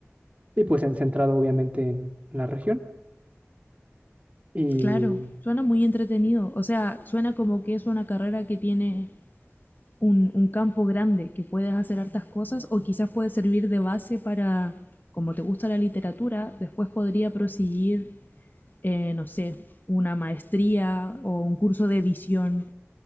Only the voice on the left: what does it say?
Claro, suena muy entretenido. O sea, suena como que es una carrera que tiene un, un campo grande, que puedes hacer hartas cosas o quizás puede servir de base para, como te gusta la literatura, después podría proseguir, eh, no sé, una maestría o un curso de edición,